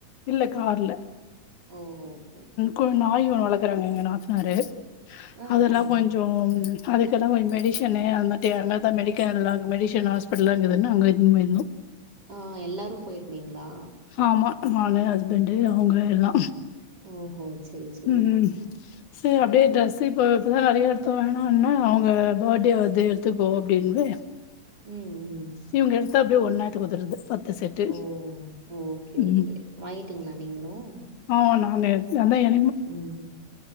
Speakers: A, on the left; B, on the right.
A: இல்ல கார்ல.
B: ஓஹோ ஓகே ஓகே
A: குன் நாய் ஒன் வளக்கறங்க எங்க நாத்தனாரு
B: ஆ,
A: அதெல்லா
B: ஆ.
A: கொஞ் சோ அதுக்கெல்லா கொஞ்சோ மெடிஷன்னு அது மட்டு <unintelligible> தா மெடிக்கனல்லா மெடிஷன் ஹாஸ்ப படலாங்குதுன்னு அங்க இத்துன்னு போயிருந்தோ
B: ஆ எல்லாரு போயிருந்தீங்களா
A: ஆமா நானு ஹஸ்பண்டு அவங்க எல்லா
B: ஓஹோ! சரி, சரி.
A: ம் சேர் அப்டே ட்ரெஸ்ஸு இப்ப இப்ப தா நறையா எடுத்தோ வேணான்ன அவுங்க பர்டே வருது எடுத்துக்கோ அப்டின்னுவே
B: ம் ம்.
A: சீமுடி எடுத்தா அப்டியே ஒன் நேரத்துக்கு ஒதருது த்த செட்டு
B: ஓ! ஓகே, ஓகே.
A: ம்
B: வாங்கிட்டீங்களா நீங்களும்?
A: ஆ வோ நானே எத் அதா எ
B: ம்